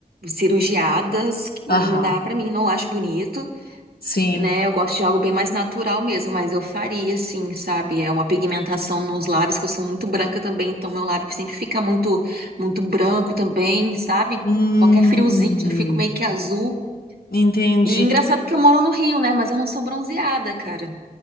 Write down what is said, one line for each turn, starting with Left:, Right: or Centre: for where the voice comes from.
Right: cirurgiadas, que
Left: Aham,
Right: não dá para mim, não acho bonito.
Left: sim.
Right: né? Eu gosto de algo bem mais natural mesmo, mas eu faria, sim, sabe? É uma pigmentação nos lábios, que eu sou muito branca também, então meu lábio sempre fica muito, muito branco também, sabe?
Left: Hum,
Right: Qualquer friozinho, eu fico meio que azul.
Left: entendi.
Right: E engraçado que eu moro no Rio, né? Mas eu não sou bronzeada, cara.